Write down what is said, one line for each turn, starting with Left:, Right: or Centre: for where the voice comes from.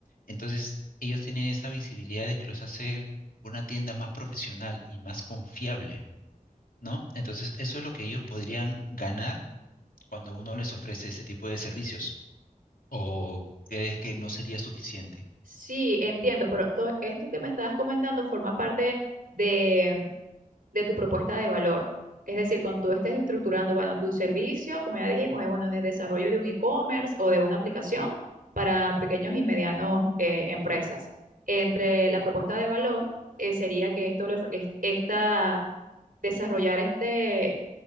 Left: entonces ellos tienen esa visibilidad de que los hace una tienda más profesional y más confiable, ¿no? Entonces eso es lo que ellos podrían ganar cuando uno les ofrece ese tipo de servicios. ¿O crees que no sería suficiente?
Right: Sí, entiendo, pero todo esto que me estabas comentando forma parte de, de tu propuesta de valor. Es decir, cuando tú estés estructurando, bueno, tu servicio, como ya dijimos, es bueno, de desarrollo de un e-commerce o de una aplicación para pequeños y medianos eh, empresas. Entre la propuesta de valor eh, sería que esto le ofre- es- esta desarrollar este,